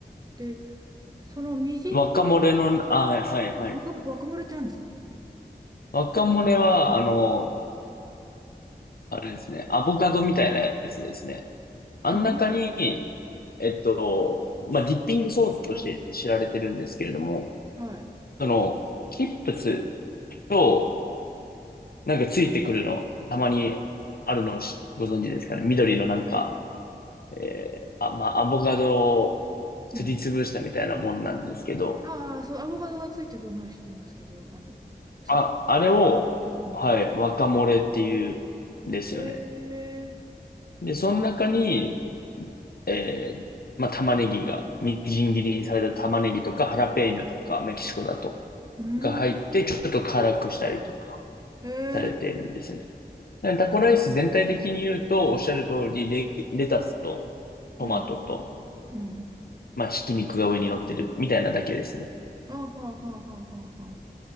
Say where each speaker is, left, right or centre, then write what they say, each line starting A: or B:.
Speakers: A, on the right; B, on the left.
A: で、そのみじん切り、
B: 若漏れの、あ、はい、はい、
A: 若、
B: はい。
A: 若むらって何ですかそれで。
B: 若漏れは、あの、あれですね、アボカドみたいなやつですね。あん中に、
A: うん。
B: えっと、まあ、ディッピングソースとして知られてるんですけれども、
A: はい。
B: その、チップスと、なんかついてくるの、たまにあるのしご存知ですかね。緑のなんか、えーあ、まあ、アボカドをすりつぶしたみたいなもんなんですけど、
A: うん。ああ、そう、アボカドがついてくるのは知ってますけど、あの、さ、
B: あ、
A: う
B: あれを、
A: んうん。
B: はい、若漏れっていうんですよね。
A: へえ、
B: で、その中に、えー、まあ、玉ねぎが、みじん切りにされた玉ねぎとか、ハラペーニョとか、メキシコだと、
A: うん、
B: が入って、ちょっと辛くしたりとか、
A: へえ、
B: されているんですよね。でタコライス全体的に言うと、おっしゃる通り、レ、レタスと、トマトと、
A: うん、うん。
B: まあ、ひき肉が上に乗ってる、みたいなだけですね。
A: あはあはあはあはあはあ。